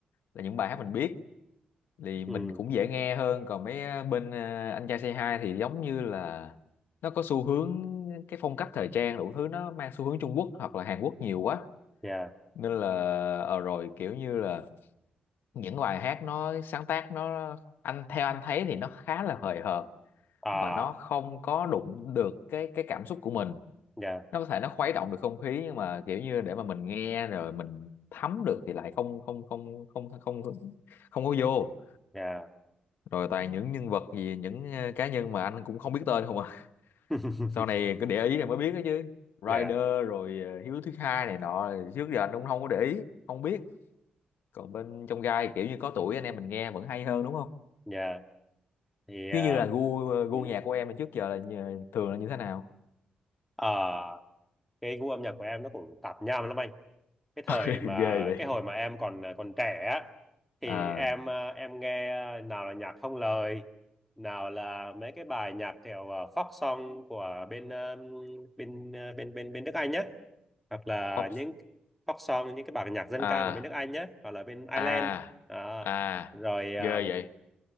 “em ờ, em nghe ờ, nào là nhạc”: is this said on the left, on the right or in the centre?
Centre